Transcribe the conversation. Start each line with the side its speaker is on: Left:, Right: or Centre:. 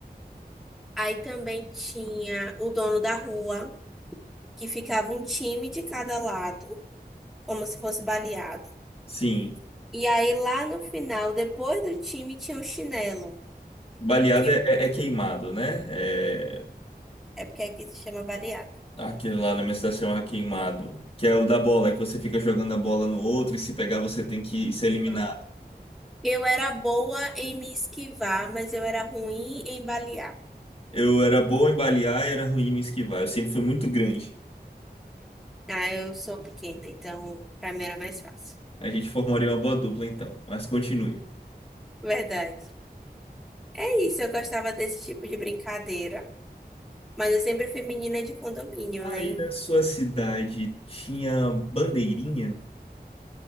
Centre: Aí também tinha o dono da rua, que ficava um time de cada lado, como se fosse baleado.
Left: Sim.
Centre: E aí, lá no final, depois do time, tinha o chinelo,
Left: Baleada
Centre: que
Left: é, é- é queimado, né? É,
Centre: é porque aqui se chama baleado.
Left: Aquele lá na minha cidade chama queimado, que é o da bola, que você fica jogando a bola no outro e se pegar você tem que ser eliminado.
Centre: Então, Eu era boa em me esquivar, mas eu era ruim em balear.
Left: Eu era bom em balear e era ruim em esquivar. Eu sempre fui muito grande.
Centre: Ah, eu sou pequena, então pra mim era mais fácil.
Left: A gente formaria uma boa dupla então, mas continue.
Centre: Verdade. É isso, eu gostava desse tipo de brincadeira. Mas eu sempre fui menina de condomínio,
Left: Aí
Centre: né?
Left: na sua cidade tinha bandeirinha?